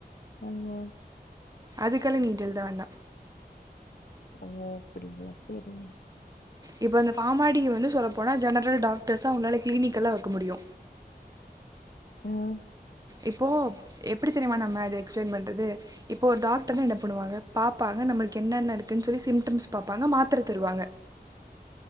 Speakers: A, on the left (about 65°); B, on the right (about 20°).
A: ஆமா
B: அதுக்கெல்லா நீட் எழுத வேண்டா
A: ஓ அப்டிங்ளா செரிங்க
B: இப்ப அந்த ஃபாமாடி வந்து சொல்லப்போனா ஜெனரல் டாக்டர்ஸா உங்களால கிளினிக் எல்லா வெக்க முடியு
A: ம்
B: இப்போ எப்டி தெரியுமா நம்ம இது எக்ஸ்பிளைன் பண்றது இப்போ ஒரு டாக்டர்னா என்ன பண்ணுவாங்க பாப்பாங்க நம்மளுக் என்னென்ன இருக்குன் சொல்லி சிம்டம்ஸ் பாப்பாங்க மாத்தர தருவாங்க